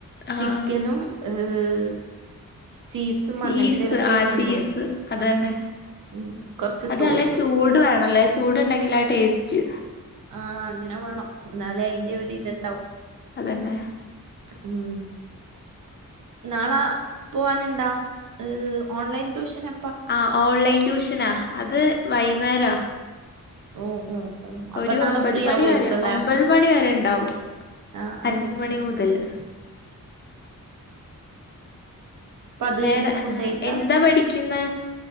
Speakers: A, on the left (about 35°); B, on the right (about 70°).
A: ആഹ്
B: ചിക്കനും ഏഹ് ചീസും
A: ചീസ്
B: അങ്ങനത്തെലൊക്കെ
A: ആ
B: വേണ്ടൂ
A: ചീസ് അത് തന്നെ
B: ഉം കൊറച്ച്
A: അതല്ല
B: സോസും
A: ചൂട് വേണല്ലേ? ചൂടുണ്ടെങ്കിൽ ആ ടേസ്റ്റ്.
B: ആ അങ്ങനെ വേണം എന്നാലേ അയിന്റെ ഒരു ഇത്ണ്ടാവും.
A: അതന്നെ.
B: ഉം നാളാ പോവാനുണ്ടാ. ഇഹ് ഓൺലൈൻ ട്യൂഷന്
A: ആ. ഓൺലൈൻ ട്യൂഷനാ. അത് വൈകുന്നേരാ
B: ഓ ഓ. ഓ അപ്പൊ
A: ഒരു
B: നാളെ
A: ഒമ്പത്
B: ഫ്രീ
A: മണി
B: ആവുമായിരിക്കും
A: വരെ.
B: അല്ലേ
A: ഒമ്പത് മണി വരെ ഉണ്ടാവും.
B: ആ ആ
A: അഞ്ച് മണി
B: ആ
A: മുതല്
B: പത് കഴിഞ്ട്ട
A: വേറെ
B: ഫുഡ്കഴിക്ക.
A: എന്താ പഠിക്കുന്നെ